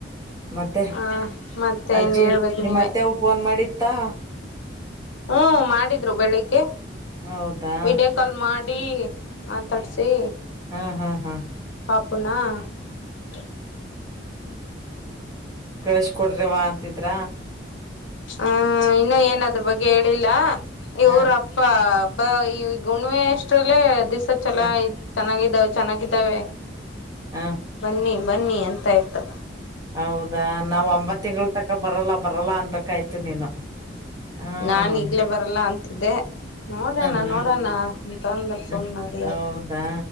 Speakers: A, on the right; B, on the left.
A: ಮತ್ತೆ
B: ಹ ಮತ್ತೇನ್
A: ಅಜ್ಜಿ
B: ಹೇಳ್ಬೇಕು
A: ನಿಮ್ಮ
B: ನೀವೇ
A: ಅತ್ತೆವು ಫೋನ್ ಮಾಡಿತ್ತಾ
B: ಹ್ಮ ಮಾಡಿದ್ದ ಬೆಳಿಗ್ಗೆ
A: ಹೌದಾ
B: ವಿಡಿಯೋ ಕಾಲ್ ಮಾಡಿ ಮಾತಾಡಿಸಿ
A: ಹಾ ಹಾ ಹಾ
B: ಪಾಪುಣ ಹ್ಞ
A: ಕಳಸಿ ಕೊಡ್ರಿವಾ ಅಂತಿದ್ರ
B: ಹ್ಮ ಇನ್ನು ಏನ ಅದ್ರ ಬಗ್ಗೆ ಹೇಳಿಲ್ಲ ಇವರಪ್ಪ
A: ಹ
B: ಬಾ ಈ ಹುಣ್ಣಿವೆ ಎಷ್ಟ್ರಲ್ಲೇ ದಿಸ್ಸ ಚಲೋ
A: ಹ
B: ಐತಿ ಚೆನ್ನಾಗಿದ್ದಾವೆ ಚೆನ್ನಾಗಿದ್ದಾವೆ
A: ಹ
B: ಬನ್ನಿ ಬನ್ನಿ ಅಂತಾಯಯ್ತು
A: ಹೌದಾ ನಾವ್ ಒಂಬತ್ ತಿಂಗಳು ತಕ ಬರಲ್ಲ ಬರಲ್ಲ ಅನ್ಬೇಕಾಯ್ತು ನೀನು ಹ್ಮ
B: ನಾನ್ ಈಗ್ಲೇ ಬರಲ್ಲ ಅಂತಿದ್ದೆ ನೋಡಣ
A: ಹ್ಮ್
B: ನೋಡಣ ಅಂತ್ ಅಂದ್ರ
A: ಹ್ಮ್
B: ಸುಮ್ನಾಗಿದಾರ
A: ಹೌದಾ